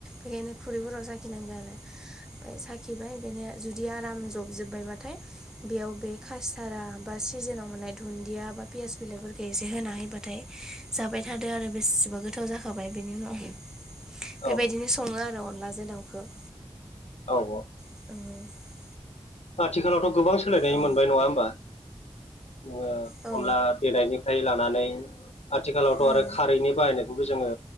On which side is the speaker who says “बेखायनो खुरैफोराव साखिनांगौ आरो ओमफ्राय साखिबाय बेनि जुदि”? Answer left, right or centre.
Centre